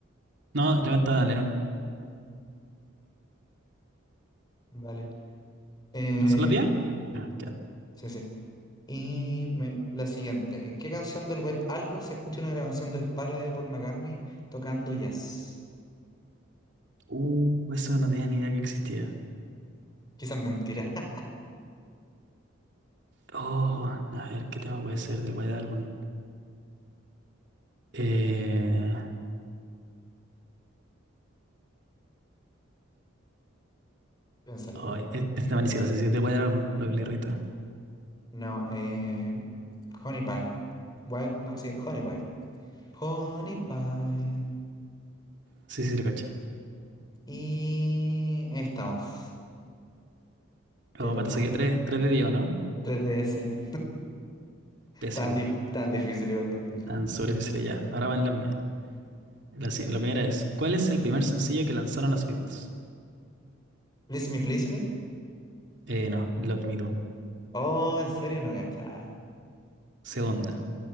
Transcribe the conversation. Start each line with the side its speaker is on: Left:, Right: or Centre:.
Right: No, la canta Lennon.
Left: Vale. Eh,
Right: ¿No se la tía? Ah, ya.
Left: sí, sí. Y me- la siguiente, ¿en qué canción del White Album se escucha una grabación del padre de Paul McCartney tocando jazz?
Right: Uh, eso no tenía ni idea que existía.
Left: Quizás mentira, <laughs>
Right: Oh, a ver, ¿qué tema puede ser del White Album? Eh,
Left: piénsalo.
Right: ay, e- este tema ni siquiera sé si es de White Album, la Blirrita.
Left: No, eh, Honey Pie. Wild- no, sí, Honey Pie. Honey Pie.
Right: Sí, sí, lo cacho.
Left: Y ahí estamos. Te
Right: Oh,
Left: toca.
Right: ¿cuánto saqué? Tres. Tres de Diego, ¿no?
Left: 3DS.
Right: Pésimo.
Left: Tan, dif- tan difícil, igual tan difícil.
Right: Tan sobre difíciles ya. Ahora van las mías. La, si- la primera es, ¿cuál es el primer sencillo que lanzaron los Beatles?
Left: Please me, please me.
Right: Eh, no, Love Me Do.
Left: Oh, en serio, no gachaba.
Right: Segunda.